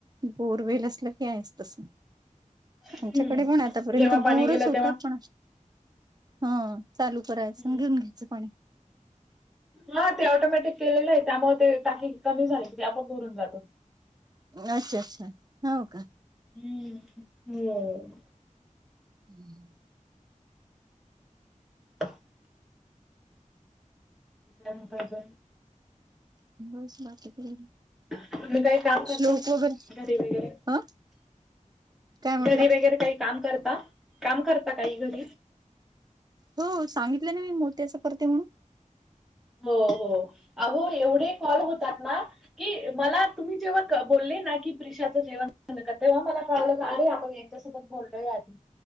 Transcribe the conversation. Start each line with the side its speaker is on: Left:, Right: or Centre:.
Right: बोरवेल असल की आहेच तस
Centre: हम्म
Right: आमच्याकडे पण आतापर्यंत
Centre: जेव्हा पाणी
Right: बोरच
Centre: गेलं
Right: होत.
Centre: तेव्हा
Right: पण हा चालू करायच
Centre: हम्म
Right: मग घेऊन घ्यायच पाणी.
Centre: हा ते ऑटोमॅटिक केलेले आहे त्यामुळे ते टाकी कमी झाली की ते आपोआप भरून जात.
Right: अच्छा अच्छा हो का.
Centre: हम्म हम्म
Right: हम्म.
Centre: <inaudible> नंतर कर.
Right: बस बाकी काही नाही
Centre: तुम्ही काही काम करता
Right: श्लोक वगैरे
Centre: घरी वगैरे.
Right: ह काय म्हटलं
Centre: घरी वगैरे काही काम करता काम करता काही घरी?
Right: हो सांगितल ना मी मोत्याच करते म्हणून.
Centre: हो हो अहो एवढे कॉल होतात ना. की मला तुम्ही जेव्हा बोलले ना की दिशाच जेवण झाल का? तेव्हा मला कळाल का अरे आपण यांच्यासोबत बोललोय या आधी.